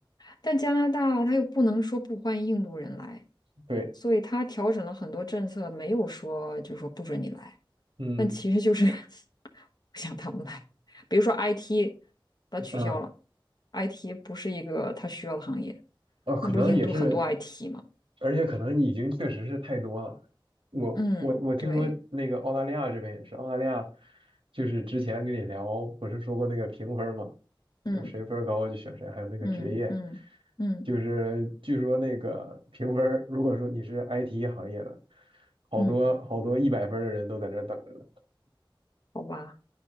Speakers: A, on the left; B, on the right.
A: 但加拿大他又不能说不欢迎印度人来，
B: 对，
A: 所以他调整了很多政策，没有说就是说不准你来，
B: 嗯，
A: 但其实就是 <laughs> 不想他们来。比如说 IT，把它取消了
B: 啊，
A: ，IT 不是一个他需要的行业，
B: 哦，可能也是，
A: 那不是印度很多 IT 吗？
B: 而且可能已经确实是太多了。我我我听说那个澳大利亚这边也是，
A: 嗯，对，
B: 澳大利亚就是之前跟你聊，不是说过那个评分嘛，
A: 嗯
B: 就谁分儿高就选谁，还有那个职业，
A: 嗯嗯嗯
B: 就是据说那个评分儿如果说你是 IT 行业的，好多好多一百分儿的人都在这儿等着呢，
A: 嗯，好吧，